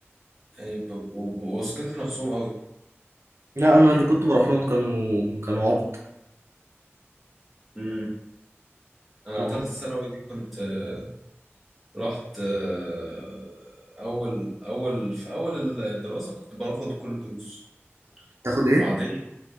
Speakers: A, in the centre; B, on the right.
A: يعني بيبقوا بيبقوا واثقين في نفسهم قوي
B: لا انا اللي كنت بروح لهم كانوا كانوا عبط
A: امم انا
B: كانوا
A: تالتة
B: عبط
A: ثانوي دي كنت آه، رحت آه، اول اول في اول الدراسة كنت باخد كل الدروس
B: تاخد ايه
A: وبعدين